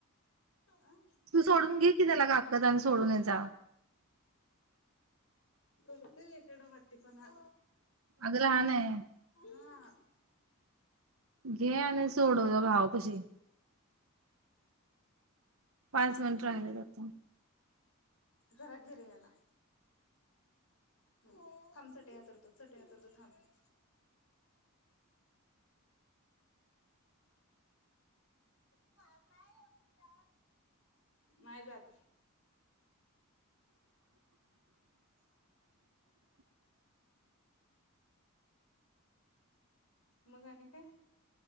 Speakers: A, on the left; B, on the right.
A: अं
B: तू सोडून घे की त्याला काकत आणि सोडून ये जा
A: करतोय एकीडाव हट्टीपणा
B: अगं लहान आहे
A: हा
B: घे आणि सोडव जा भावा पाशी पाच मिनट राहिलेलं होत.
A: जरा घे रे याला ह थांब चटई हातरतो चटई हातरतो थांब. <unintelligible> नाय जात
B: <inaudible>
A: मग आणि काय